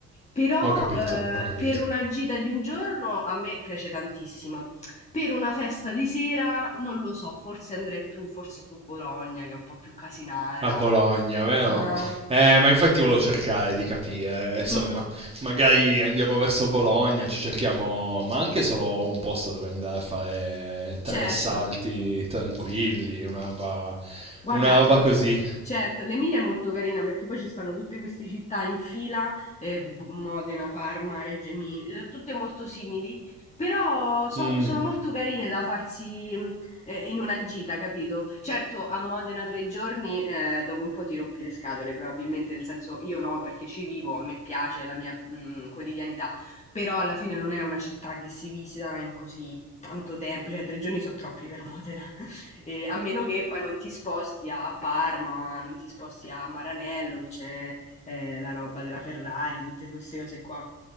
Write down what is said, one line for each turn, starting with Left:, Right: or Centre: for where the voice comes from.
Left: Però
Right: ho capito,
Left: eh,
Right: ho capito.
Left: per una gita di un giorno a me piace tantissimo. Per una festa di sera non lo so, forse andrei più, forse su Bologna che è un po' più casinara.
Right: A Bologna, vero?
Left: Ah,
Right: Eh, ma infatti volevo cercare di capire, eh, insomma,
Left: mm,
Right: magari andiamo verso Bologna, ci cerchiamo, ma anche solo un posto dove andare a fare
Left: certo.
Right: tre salti tranquilli, una roba,
Left: Guarda,
Right: una roba
Left: le-
Right: così.
Left: certo, l'Emilia è molto carina perché poi ci stanno tutte queste città in fila, eh, B- Modena, Parma, Reggio Emilia, eh, tutte molto simili, però so-
Right: Mm,
Left: sono molto carine da farsi mh, eh, in una gita, capito? Certo, a Modena tre giorni, eh, dopo un po' ti rompi le scatole, probabilmente, nel senso io no, perché ci vivo, a me piace è la mia mh, quotidianità, però alla fine non è una città che si visita in così tanto tempo, cioè tre giorni sono troppi per Modena. Eh, a meno che poi non ti sposti a Parma, non ti sposti a Maranello, che c'è eh, la roba della Ferrari, tutte queste cose qua.